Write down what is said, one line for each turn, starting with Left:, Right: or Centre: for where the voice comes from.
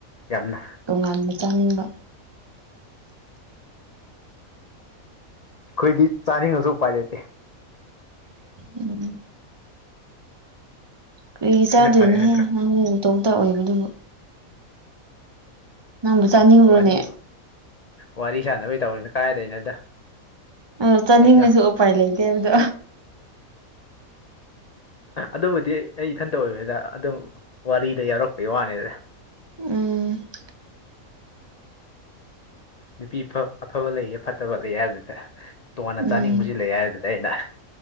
Left: ꯌꯥꯝꯅ
Right: ꯇꯣꯉꯥꯟꯕ ꯆꯥꯅꯤꯡꯕ
Left: ꯑꯩꯈꯣꯏꯗꯤ ꯆꯥꯅꯤꯡꯉꯁꯨ ꯎꯄꯥꯏ ꯂꯩꯇꯦ
Right: ꯎꯝ ꯀꯩ ꯆꯥꯗꯣꯏꯅꯍꯦ
Left: ꯁꯤꯅ ꯐꯔꯦ ꯅꯠꯇ꯭ꯔꯥ
Right: ꯅꯪꯇꯣꯝꯇ ꯑꯣꯏꯕꯗꯨꯕꯨ ꯅꯪꯕꯨ
Left: ꯑꯣ
Right: ꯆꯥꯅꯤꯡꯈ꯭ꯔꯣꯅꯦ
Left: ꯋꯥꯔꯤ ꯋꯥꯔꯤ ꯁꯥꯟꯅꯕꯩ ꯇꯧꯔꯤꯅꯤꯅ ꯀꯥꯏꯗꯩꯅꯣꯗ
Right: ꯑꯗꯣ ꯆꯥꯅꯤꯡꯉꯁꯨ
Left: ꯑꯩꯅ
Right: ꯎꯄꯥꯏ ꯂꯩꯇꯦ ꯍꯥꯏꯕꯗꯣ
Left: ꯑꯗꯨꯕꯨꯗꯤ ꯑꯩ ꯏꯊꯟꯇ ꯑꯣꯏꯕꯅꯤꯗ ꯑꯗꯨꯝ ꯋꯥꯔꯤꯗ ꯌꯥꯎꯔꯛꯄꯩ ꯋꯥꯅꯤꯗ
Right: ꯎꯝ
Left: ꯅꯨꯄꯤ ꯑꯐꯕ ꯂꯩꯌꯦ ꯐꯠꯇꯕ ꯂꯩ ꯍꯥꯏꯕꯗꯨꯗ ꯇꯣꯉꯥꯟꯅ
Right: ꯎꯝ
Left: ꯆꯥꯅꯤꯡꯕꯕꯁꯤ ꯂꯩ ꯍꯥꯏꯕꯗꯨꯗꯤ ꯑꯩꯅ ꯑ